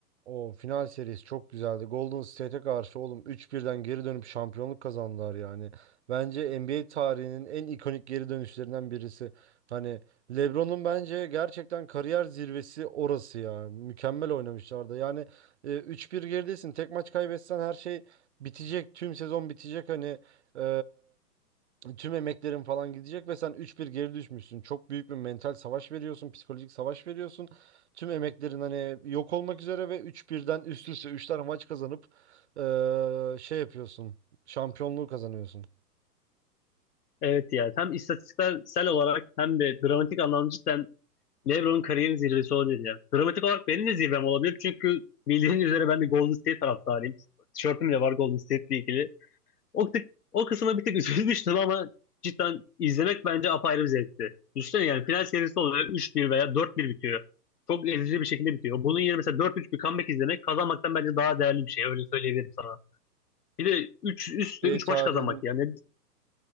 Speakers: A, on the right (about 45°); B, on the left (about 65°).
A: o final serisi çok güzeldi. Golden State'e karşı oğlum üç birden geri dönüp şampiyonluk kazandılar yani. Bence NBA tarihinin en ikonik geri dönüşlerinden birisi. Hani LeBron'un bence gerçekten kariyer zirvesi orası ya. Mükemmel oynamışlardı. Yani e, 3-1 geridesin. Tek maç kaybetsen her şey bitecek. Tüm sezon bitecek hani. e, Tüm emeklerin falan gidecek ve sen üç bir geri düşmüşsün. Çok büyük bir mental savaş veriyorsun, psikolojik savaş veriyorsun. Tüm emeklerin hani yok olmak üzere ve üç birden üst üste 3 tane maç kazanıp eee, şey yapıyorsun. Şampiyonluğu kazanıyorsun.
B: Evet ya hem istatistiksel olarak hem de dramatik anlamda cidden LeBron'un kariyerin zirvesi olabilir ya. Dramatik olarak benim de zirvem olabilir çünkü bildiğin üzere ben de Golden State taraftarıyım. Tişörtüm de var Golden State'le ilgili. O, tık, o kısma bir tık <laughs> üzülmüştüm ama cidden izlemek bence apayrı bir zevkti. Düşünsene yani final serisi oluyor üç bir veya dört bir bitiyor. Çok ezici bir şekilde bitiyor. Bunun yerine mesela dört üç bir comeback izlemek kazanmaktan bence daha değerli bir şey. Öyle söyleyebilirim sana. Bir de 3 üstte
A: Ve
B: 3
A: tarihinin
B: maç kazanmak yani.